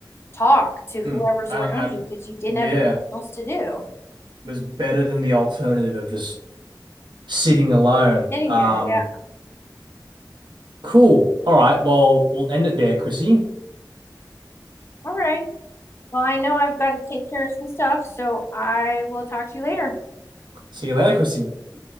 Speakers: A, on the left; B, on the right.
A: talk to whoever's
B: <clears throat> I,
A: around
B: I,
A: you because you didn't
B: yeah.
A: have anything else to do.
B: was better than the alternative of just sitting alone.
A: Sitting
B: Um,
A: there. Yeah.
B: cool. All right. Well, we'll end it there, Chrissy.
A: All right. Well, I know I've got to take care of some stuff, so I will talk to you later.
B: See you later, Chrissy.